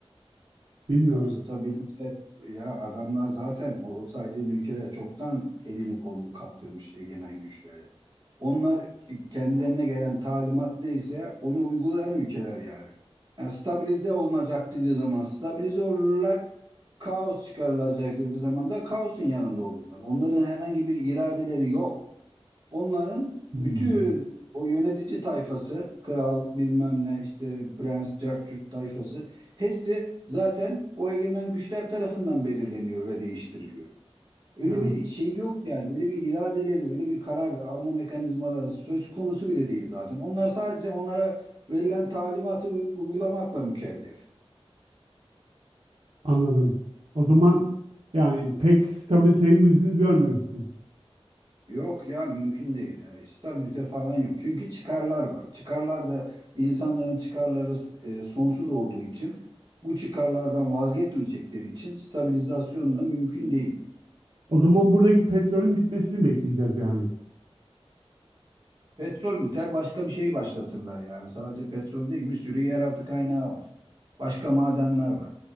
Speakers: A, on the right; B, on the right.
A: bilmiyorum.
B: Ya stabilite ya adamlar zaten o, o saydığın ülkeler çoktan elini kolunu kaptırmış egemen güçlere. Onlar kendilerine gelen talimat neyse onu uygulayan ülkeler yani. Yani stabilize olunacak dediği zaman stabilize olurlar. Kaos çıkarılacak dediği zaman da kaosun yanında olurlar. Onların herhangi bir iradeleri yok. Onların
A: Hmm.
B: bütün o yönetici tayfası, kral bilmem ne işte prens, cartçurt tayfası hepsi zaten o egemen güçler tarafından belirleniyor ve değiştiriliyor. Öyle
A: Ha,
B: bir şey yok yani. Öyle bir iradeleri, öyle bir karar alma mekanizmaları söz konusu bile değil zaten. Onlar sadece onlara verilen talimatı u- uygulamakla mükellef.
A: anladım. O zaman yani pek stabiliteyi mümkün görmüyorsun.
B: Yok ya mümkün değil. Yani stabilite falan yok. Çünkü çıkarlar var. Çıkarlar da insanların çıkarları e, sonsuz olduğu için bu çıkarlardan vazgeçmeyecekleri için stabilizasyon da mümkün değil.
A: O zaman buradaki petrolün bitmesini bekleyeceğiz yani.
B: Petrol biter başka bir şey başlatırlar yani. Sadece petrol değil bir sürü yeraltı kaynağı var. Başka madenler var.